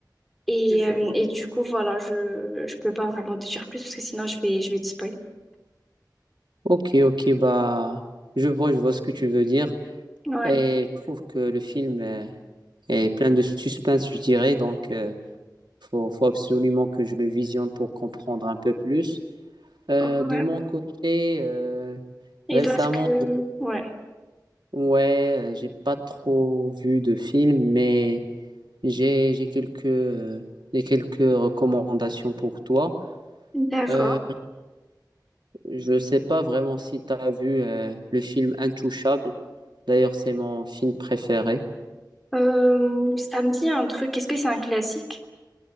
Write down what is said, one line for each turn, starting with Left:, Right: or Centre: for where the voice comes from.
Centre: Et, euh, et du coup, voilà, je, je peux pas vraiment te dire plus parce que sinon, je vais, je vais te spoiler.
Right: Ok, ok, bah, je vois, je vois ce que tu veux dire.
Centre: Ouais.
Right: Et je trouve que le film euh, est plein de suspense, je dirais. Donc, euh, faut, faut absolument que je le visionne pour comprendre un peu plus. Euh,
Centre: Ouais.
Right: de mon côté, euh,
Centre: Et
Right: récemment,
Centre: toi, est-ce que... Ouais.
Right: Ouais, euh, j'ai pas trop vu de films, mais j'ai j'ai quelques euh, j'ai quelques recommandations pour toi.
Centre: D'accord.
Right: Euh, je sais pas vraiment si tu as vu euh, le film Intouchable. D'ailleurs, c'est mon film préféré.
Centre: Euh, ça me dit un truc. Est-ce que c'est un classique?